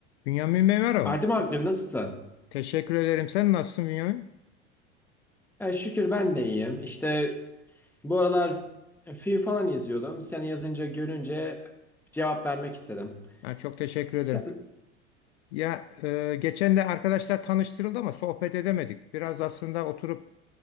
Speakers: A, on the left; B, in the centre.
A: Bünyamin Bey merhaba.
B: Adem amca nasılsın?
A: Teşekkür ederim. Sen nasılsın Bünyamin?
B: E, şükür ben de iyiyim. İşte bu aralar film falan izliyordum. Seni yazınca görünce cevap vermek istedim.
A: Ha, çok teşekkür ederim.
B: Şah-
A: Ya e, geçen de arkadaşlar tanıştırıldı ama sohbet edemedik. Biraz aslında oturup